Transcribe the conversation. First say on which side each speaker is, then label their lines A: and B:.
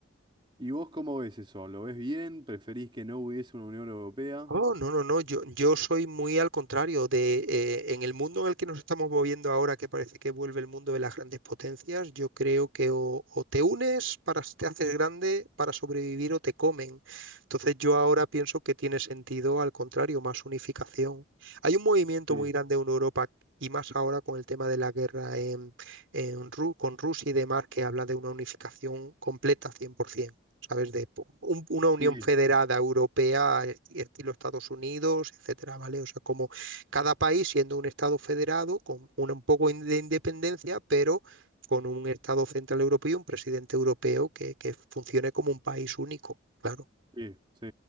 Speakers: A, on the right; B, on the right.
A: ¿Y vos cómo ves eso? ¿Lo ves bien? ¿Preferís que no hubiese una Unión Europea?
B: Oh, no, no, no, yo, yo soy muy al contrario de eh, en el mundo en el que nos estamos moviendo ahora, que parece que vuelve el mundo de las grandes potencias, yo creo que o, o te unes para s- te haces grande para sobrevivir o te comen. Entonces yo ahora pienso que tiene sentido al contrario, más unificación. Hay un movimiento
A: Sí,
B: muy grande en Europa y más ahora con el tema de la guerra en, en Ru- con Rusia y demás que habla de una unificación completa 100%. ¿sabes? De po- un- una Unión
A: sí,
B: Federada Europea, eh, estilo Estados Unidos, etcétera, ¿vale? O sea, como cada país siendo un Estado federado, con una, un poco in- de independencia, pero con un Estado central europeo y un presidente europeo que, que funcione como un país único, claro.
A: sí, sí.